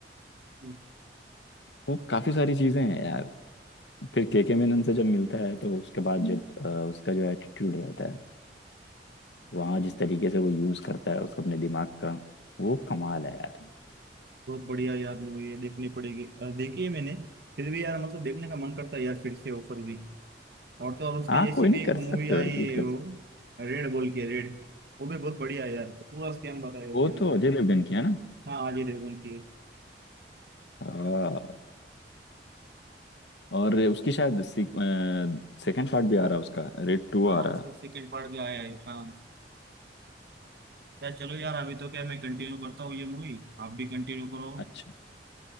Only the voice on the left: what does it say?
वो काफी सारी चीजें हैं यार फिर केके मेनन से जब मिलता है तो उसके बाद जब अ, उसका जो एटीट्यूड रहता है वहाँ जिस तरीके से वो यूज करता है उसको अपने दिमाग का वो कमाल है यार
हाँ
कोई नहीं
कर
सकते हो
रिपीट
कर
वो
तो अजय देवगन की है ना
हाँ, और उसकी शायद सेकंड पार्ट भी आ रहा है उसका रेड टू
आ रहा
है
अच्छा